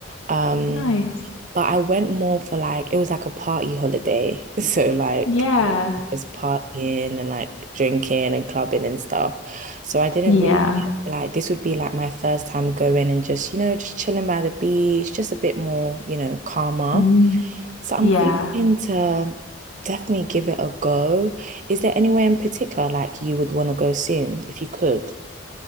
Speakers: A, on the right (about 40°); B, on the left (about 75°).
A: Um,
B: nice.
A: But I went more for like it was like a party holiday. <laughs> So like
B: Yeah.
A: just partying and like drinking and clubbing and stuff. So I didn't
B: Yeah.
A: really like this would be like my first time going and just, you know, just chilling by the beach, just a bit more, you know, calmer.
B: Mm,
A: So I'm
B: yeah.
A: thinking to definitely give it a go. Is there anywhere in particular like you would want to go soon if you could?